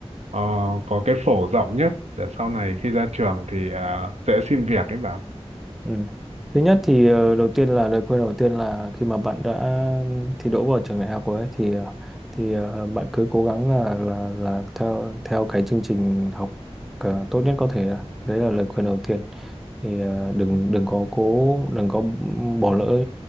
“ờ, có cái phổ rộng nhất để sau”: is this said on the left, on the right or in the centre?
Right